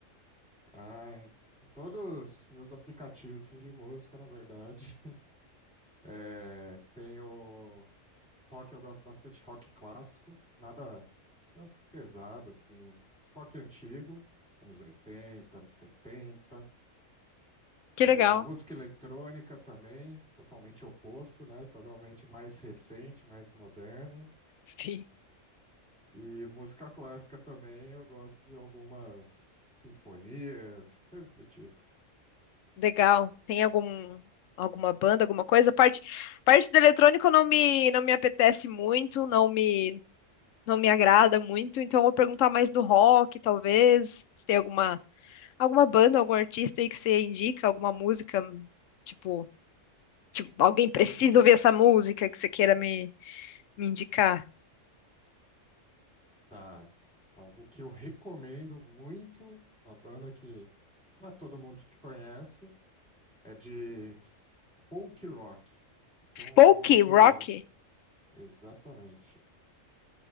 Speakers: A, in the centre; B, on the left.
A: Ai, em todos os meus aplicativos assim, de música, na verdade. <laughs> É, tenho Rock eu gosto bastante, rock clássico, nada tanto pesado assim, rock antigo, anos oitenta anos setenta
B: Que
A: É,
B: legal.
A: música eletrônica também, totalmente oposto, né? Totalmente mais recente, mais moderno.
B: <laughs> Sim.
A: E música clássica também, eu gosto de algumas sinfonias, coisas do tipo.
B: Legal. Tem algum, alguma banda, alguma coisa? A Parte, a parte do eletrônico não me, não me apetece muito, não me, não me agrada muito, então eu vou perguntar mais do rock, talvez. Se tem alguma. Alguma banda, algum artista aí que você indica, alguma música, tipo, tipo, alguém precisa
A: Uhum.
B: ouvir essa música que você queira me, me indicar?
A: Tá. Algo que eu recomendo muito, uma banda que não é todo mundo que conhece, É de folk rock. Então,
B: Folk,
A: rock,
B: rock?
A: exatamente.